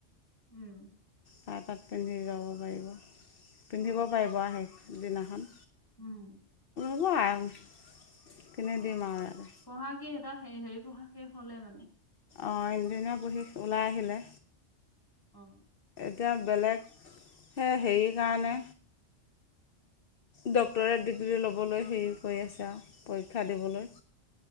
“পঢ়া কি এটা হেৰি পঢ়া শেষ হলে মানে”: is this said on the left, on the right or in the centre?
Left